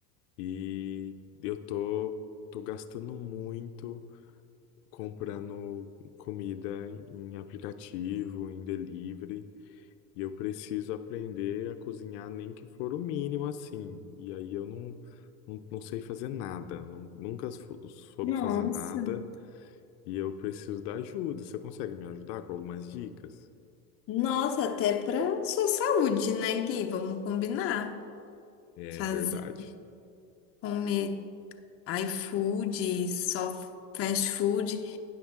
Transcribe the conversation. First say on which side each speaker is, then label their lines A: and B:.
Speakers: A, on the left (about 70°); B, on the left (about 30°).
A: e eu tô, tô gastando muito comprando comida em aplicativo, em delivery, e eu preciso aprender a cozinhar nem que for o mínimo assim. E aí eu não, não, não sei fazer nada, não, nunca sou- soube
B: Nossa,
A: fazer nada. E eu preciso da ajuda. Você consegue me ajudar com algumas dicas?
B: Nossa, até pra sua saúde, né, Gui? Vamos combinar.
A: É
B: Fazer,
A: verdade.
B: comer iFood, só fast food,